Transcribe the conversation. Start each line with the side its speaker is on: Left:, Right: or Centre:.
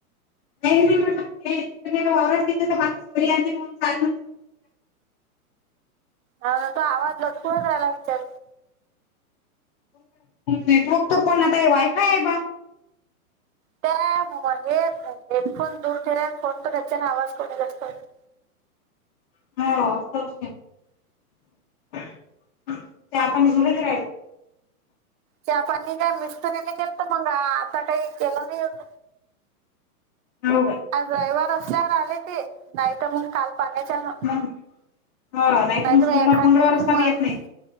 Left: नाही त सोरी मल. <inaudible>
Right: ह ना तो आवाजला जायला विचार. <inaudible>
Left: नेटवर्क तो पण आता हे वायफाय आहे बा.
Right: त्या म, हेडफोन दूर ठेल्यान फोन तर त्याच्याने आवाज कोणी जास्त होते.
Left: <unintelligible>
Right: चहा पाणी काय मिस्तुरीला केलतं तर मंग आता काही केलं नाही अजून
Left: हो का
Right: आज रविवार असल्यावर आलेते, नाही तर मंग काल माहिती हाय म,
Left: मग हो नाही
Right: नाहीतर
Left: तर मग सोमवार
Right: एखाद
Left: मंगळवार
Right: दिस
Left: असतात
Right: मग
Left: येत नाही